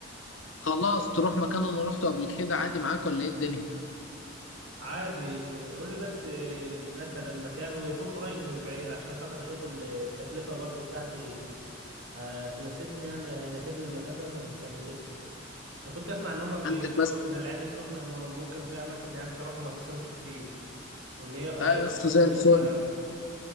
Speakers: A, on the left; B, on the right.
A: خلاص تروح مكان انا روحته قبل كده عادي معاك ولا ايه الدنيا
B: عادي قول لي بس آه، مثلا مكانه يكون قريب مش بعيد عشان خاطر اشوف ال- التكلفة برضو بتاعتي هتناسبني يعني هيناسبني المكان دوت ولا مش هيناسبني انا كنت اسمع ان هما بيقولوا
A: عندك مثلا
B: ان العين السخنة م- ممكن في اماكن هناك تروح وما تصرفش كتير وان هي قريبة
A: اه يا اسطى
B: برضو
A: زي
B: من
A: الفل
B: القاهرة